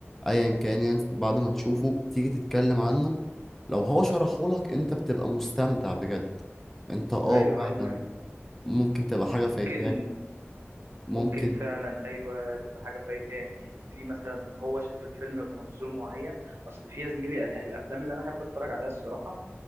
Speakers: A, in the centre; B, on the right.
A: ايا كان يعني بعد ما تشوفه تيجي تتكلم عنه لو هو شرحهولك انت بتبقى مستمتع بجد انت اه
B: أيوه
A: فعلا
B: أيوه أيوه
A: ممكن تبقى حاجة فايتاك
B: ممكن ممكن
A: ممكن
B: فعلا أيوه تبقى حاجة فايت تاني في مثلا هو شاف الفيلم بمنظور معين أصل في يا زميلي ال- الأفلام اللي أنا أحب أتفرج عليها الصراحة